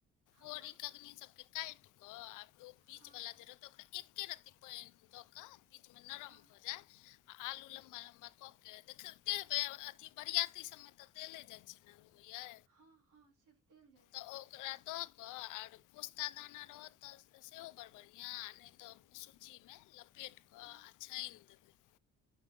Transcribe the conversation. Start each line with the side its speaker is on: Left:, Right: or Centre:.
Right: हँ
Left: कोरी
Right: हँ
Left: कगनी सबके काएट कऽ आ ओ
Right: हँ
Left: बीच बला जे रहतै ओकरा एके रती पेएन मे दऽ कऽ बीच मे नरम
Right: हँ
Left: भऽ जाय आलू लम्बा-लम्बा कऽ के देखते हेबै अ अथी बरियाती सब मे तऽ देले जाय छै नै। यै
Right: हां-हां से तऽ देल जाय
Left: तऽ
Right: छै।
Left: ओकरा दऽ कऽ आर पोस्ता दाना रहत तऽ सेहो बड़ बढ़ियाँ आ नै तऽ सुज्जी मे लपेट कऽ आ
Right: हँ
Left: छैन देबै,